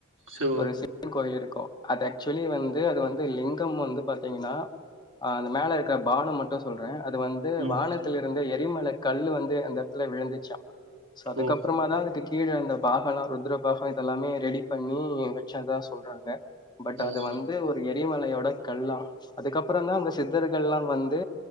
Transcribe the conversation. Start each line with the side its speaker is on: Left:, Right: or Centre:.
Right: சோ
Left: ஒரு சி கோயிலிருக்கு அது ஆக்சுவலி வந்து அது வந்து லிங்கம் வந்து பாத்திங்கனா ஆஹ் அந்த மேலருக்க பானம் மட்டு சொல்றே அத் துவந்து
Right: ம்
Left: வானத்திலுருந்த எ அடிமல கல்லு வந்து அந்த எடத்துல விழுந்துச்சா சோ அதுக்கப்றமா
Right: ஓ
Left: தா அதுக்கு கீழ அந்த பாகல்லா ருத்ரபாகொ இதெல்லாமே ரெடி பண்ணி வச்சதா சொல்றாங்க பட்
Right: ஓ
Left: அது வந்து ஒரு எ அடிமலையோட கல்லா அதுக்கப்றொந்தா அந்த சித் தர்கள்லா வந்து